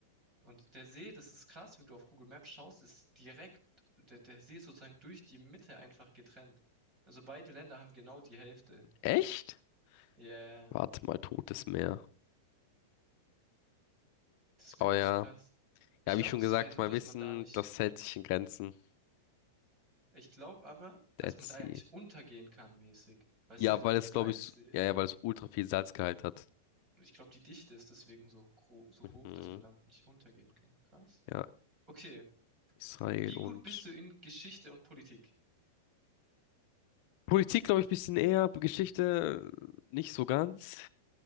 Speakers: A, on the right; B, on the left.
A: Und der See, das ist krass, wenn du auf Google Maps schaust, ist direkt, der, der See ist sozusagen durch die Mitte einfach getrennt. Also beide Länder haben genau die Hälfte.
B: Echt?
A: Ja, yeah,
B: Warte mal, Totes Meer.
A: das ist
B: Aber
A: wirklich
B: ja.
A: krass. Ich
B: Ja,
A: glaube,
B: wie schon
A: das
B: gesagt,
A: war ja so,
B: mein
A: dass
B: Wissen,
A: man da nicht,
B: das hält sich in Grenzen.
A: ich glaube aber, dass
B: Dead
A: man
B: Sea.
A: da ja nicht untergehen kann mäßig. Weil es
B: Ja,
A: ist ja so
B: weil
A: ein Salzsee.
B: es, glaube ich, s- ja, ja, weil es ultra viel Salzgehalt hat.
A: Und Ich glaube, die Dichte ist deswegen so gro so
B: Mhm.
A: hoch, dass man da nicht untergehen kann. Krass.
B: Ja,
A: Okay,
B: Israel
A: wie gut
B: und
A: bist du in Geschichte und Politik?
B: Politik, glaube ich, ein bisschen eher. Geschichte äh, nicht so ganz.